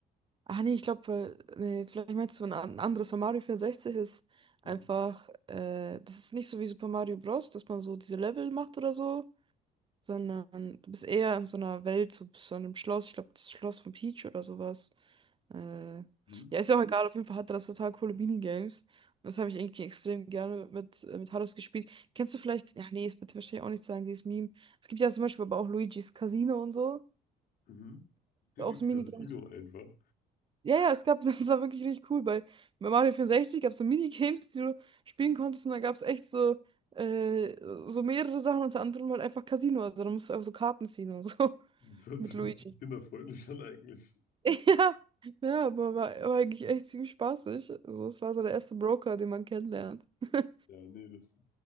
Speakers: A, on the right; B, on the left.
A: Ah, nee, ich glaube, äh, nee, vielleicht meinst du ein an- anderes von Mario 64 ist einfach,
B: Mhm.
A: äh, das ist nicht so wie Super Mario Bros., dass man so diese Level macht oder so, sondern du bist eher in so einer Welt, so, so einem Schloss, ich glaube, das Schloss von Peach oder sowas. Äh,
B: Mhm.
A: ja, ist ja auch egal, auf jeden Fall hat das total coole Minigames. Und das habe ich irgendwie extrem gerne mit, äh, mit Haros gespielt. Kennst du vielleicht, ja, nee, es wird dir wahrscheinlich auch nicht sagen, dieses Meme. Es gibt ja zum Beispiel aber auch Luigi's Casino und so.
B: Mhm. <laughs>
A: Auch so Minigames,
B: Casino einfach.
A: ja, ja, es gab, <laughs> das war wirklich richtig cool. Bei, bei Mario 64 gab es so Minigames, die du spielen konntest, und da gab es echt so, äh, so mehrere Sachen, unter anderem halt einfach Casino. Also da musst du einfach so Karten ziehen und so
B: Das
A: <laughs>
B: hört
A: mit
B: sich
A: Luigi.
B: nicht so kinderfreundlich an eigentlich.
A: <laughs> Ja, ja, aber war, war eigentlich echt ziemlich spaßig. Also, es war so der erste Broker, den man kennenlernt. <laughs>
B: Ja, nee, das